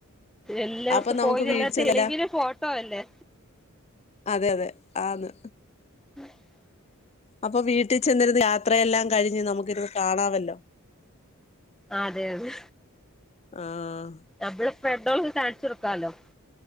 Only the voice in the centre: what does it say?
എല്ലായിടത്തും
പോയിന്നുള്ള
തെളിവില് ഫോട്ടോ അല്ലേ
<inaudible>
അതെ അതെ
നമ്മള ഫ്രഡോ കാണി <unintelligible>